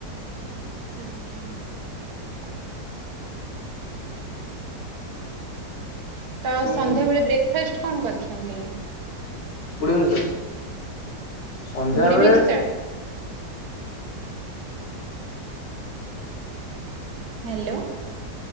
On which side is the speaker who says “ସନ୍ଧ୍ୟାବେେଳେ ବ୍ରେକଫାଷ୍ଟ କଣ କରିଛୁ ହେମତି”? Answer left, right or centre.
Right